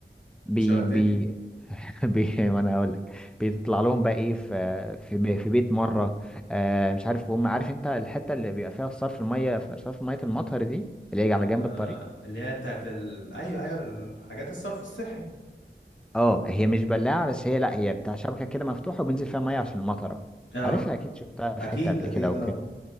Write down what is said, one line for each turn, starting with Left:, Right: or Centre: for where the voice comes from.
Centre: بي
Left: شوقتني
Centre: بي, <laughs> بي وانا هقول لك بيطلع لهم بقى ايه في في, بي في بيت مره آه مش عارف هم عارف انت الحته اللي بيبقى فيها صرف الميه صرف ميه المطر دي اللي
Left: آه
Centre: هي على جنب الطريق
Left: اللي هي بتاعت ال... ايوه ايوه الحاجات الصرف الصحي
Centre: اه هي مش بلاعة بس هي لا هي بتاع شبكة كده مفتوحة وبينزل فيها مية عشان المطرة
Left: اه
Centre: عارفها أكيد شفتها في
Left: اكيد
Centre: حتة قبل
Left: اكيد
Centre: كده أو فين
Left: اه